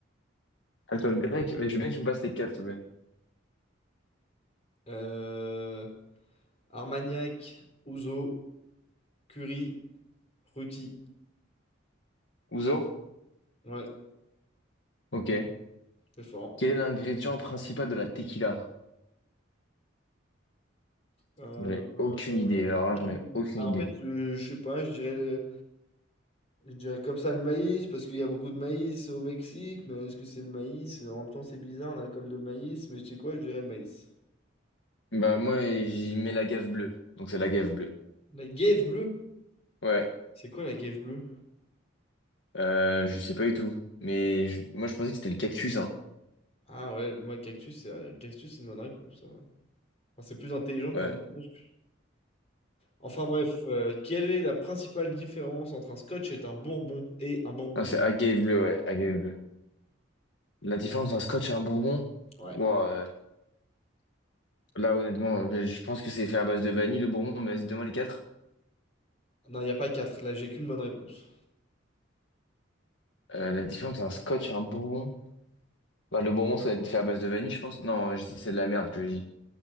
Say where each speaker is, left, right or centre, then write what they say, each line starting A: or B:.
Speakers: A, on the left; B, on the left.
A: Alcool grec? Mais je veux bien que tu me passes tes quatre, s'il te plaît.
B: Euh, Armagnac, Ouzo, Curie, Ruti.
A: Ouzo?
B: Ouais,
A: Ok.
B: c'est fort.
A: Quel est l'ingrédient principal de la tequila?
B: Euh,
A: J'en ai
B: euh,
A: aucune idée. Alors là, j'en ai aucune
B: bah,
A: idée.
B: en fait, euh, je sais pas, je dirais le- Je dirais comme ça le maïs, parce qu'il y a beaucoup de maïs au Mexique, mais est-ce que c'est le maïs? En même temps, c'est bizarre, un alcool de maïs, mais tu sais quoi, je dirais le maïs.
A: Bah, moi, j'y mets la gaffe bleue. Donc, c'est la gaffe bleue.
B: La guêpe bleue?
A: Ouais.
B: C'est quoi la guêpe bleue?
A: Euh, je sais pas du tout. Mais je- moi, je pensais que c'était le cactus, hein.
B: Ah ouais, moi, cactus, c'est euh, cactus, c'est une bonne réponse, ça va. Enfin, c'est plus intelligent
A: Ouais.
B: comme réponse. que- Enfin bref, euh, quelle est la principale différence entre un scotch et un bourbon? Et un bourbon?
A: Non, c'est agave bleu, ouais, agave bleu. La différence d'un scotch et un bourbon,
B: Ouais.
A: bon, euh, là honnêtement, euh, je pense que c'est fait à base de vanille le bourbon, mais vas-y, donne-moi les quatre.
B: Non, il n'y a pas quatre, là, j'ai qu'une bonne réponse.
A: Euh, la différence d'un scotch et un bourbon, bah, le bourbon ça va être fait à base de vanille, je pense. Non, euh, je dis- c'est de la merde que je dis.